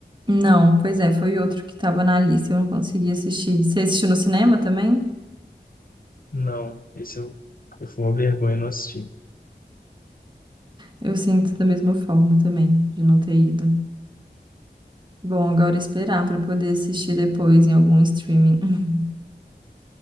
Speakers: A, on the right; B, on the left.
A: Não, pois é, foi outro que estava na lista, eu não consegui assistir. Você assistiu no cinema também?
B: Não, esse eu, eu fui uma vergonha não assistir.
A: Eu sinto da mesma forma também, de não ter ido. Bom, agora esperar para poder assistir depois em algum streaming. <laughs>